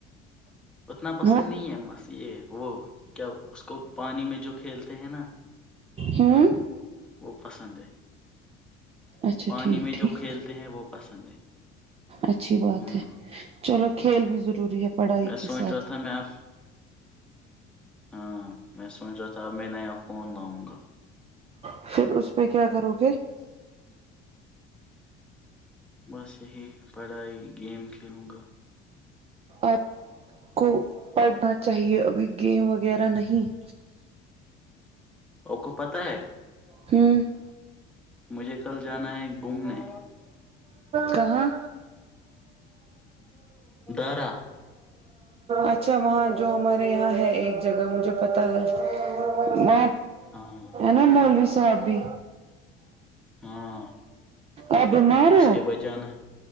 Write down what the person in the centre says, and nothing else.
اتنا پسند
نہیں ہے بس یہ وہ کیا اس کو پانی میں جو کھیلتے ہیں نا
وہ پسند ہے
پانی
میں
جو کھیلتے ہیں وہ پسند ہے
ہوں
میں
سوچ
رہا تھا میں آپ <unintelligible> <inaudible> ہاں میں سوچ رہا تھا اب میں نیا فون لاؤں گا
بس یہی پڑھائی گیم کھیلوں گا
ا کو پت ہے
مجھے کل جانا ہے گھومنے
درا <unintelligible> <inaudible>
ہاں
ہاں
اس
کے بج جانا